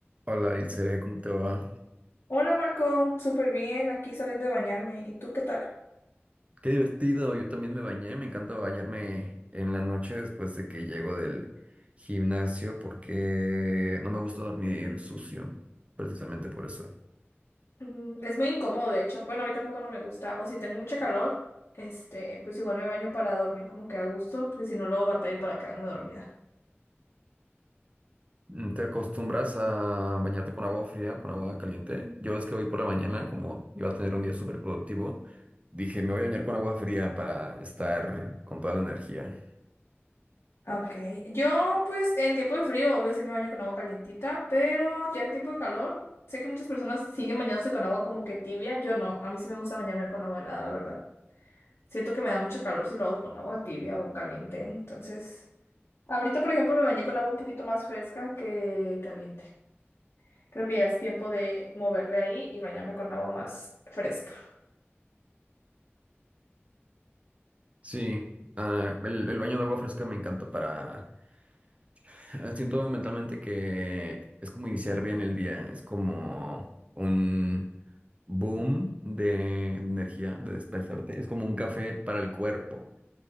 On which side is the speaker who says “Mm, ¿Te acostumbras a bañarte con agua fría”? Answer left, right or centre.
Right